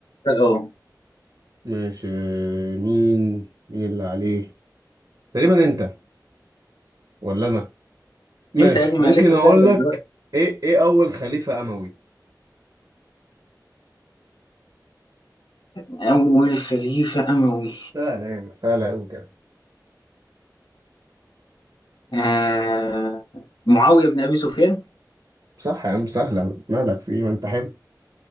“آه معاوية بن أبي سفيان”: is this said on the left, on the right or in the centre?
Left